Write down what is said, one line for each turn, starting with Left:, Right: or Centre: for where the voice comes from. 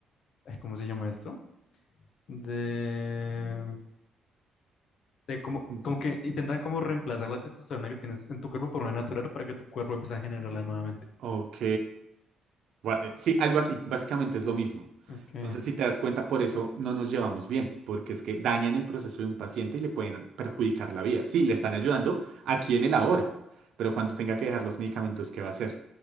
Left: ay, ¿cómo se llama esto? De de como,
Right: De-
Left: como que intentan como reemplazar la testosterona que tienes en tu cuerpo por una natural para que tu cuerpo empiece a generarla nuevamente.
Right: Ok. Gua- eh, Sí, algo así, básicamente es lo mismo.
Left: Ok,
Right: Entonces, si te das cuenta, por eso no nos llevamos bien, porque es que dañan el proceso de un paciente y le pueden perjudicar la vida. Sí, le están ayudando aquí en el ahora, pero cuando tenga que dejar los medicamentos, ¿qué va a hacer?